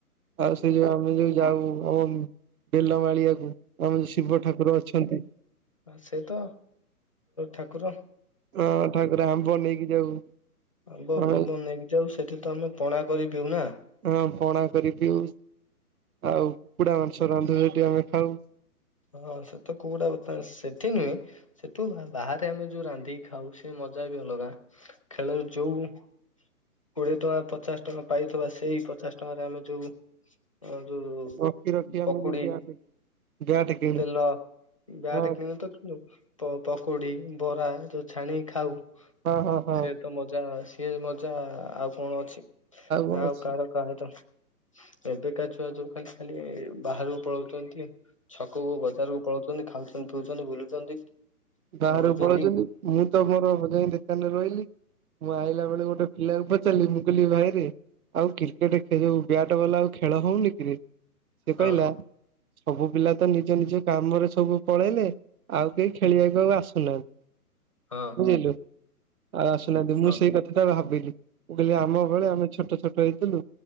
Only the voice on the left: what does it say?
ଆ ସେ ତ ଠାକୁର।
ଆମ୍ୱ
ପାମ୍ବ ନେଇକି ଯାଉ ସେଠି ତ ଆମେ ପଣା କରି ପିଉ ନା।
ହଁ ସେ ତ କୋଉଡା ବତାନ ସେଠି ନୁହେଁ। ସେଠୁ ବାହାରେ ଆମେ ଯୋଉ ରାନ୍ଧିକି ଖାଉ ସେ ମଜା ବି ଅଲଗା। ଖେଳରେ ଯୋଉ କୋଡିଏ ଟଙ୍କା ପଚାଶ ଟଙ୍କା ପାଇଥିବା ସେଇ ପଚାଶ ଟଙ୍କାରେ ଆମେ ଯୋଉ ଆ ଯୋଉ
ପକୁଡି।
ତେଲ ବ୍ୟାଟ
କିଣୁ ତ ପ-ପକୁଡ଼ି, ବରା ଯୋଉ ଛାଣିକି ଖାଉ।
ସେ ତ ମଜା ସିଏ ମଜା ଆଉ କଣ ଅଛି।
ଆଉ
କାହାର କାହେ ତ ଏବେକା ଛୁଆ ଯୋଉ ଖାଲି ଖାଲି ବାହାରକୁ ପଳଉଛନ୍ତି। ଛକକୁ ବଜାରକୁ ପଳଉଛନ୍ତି ଖାଉଛନ୍ତି ପିଉଛନ୍ତି ବୁଲୁଛନ୍ତି।
ରହୁଛନ୍ତି।
ହଁ
ହଁ
ହଁ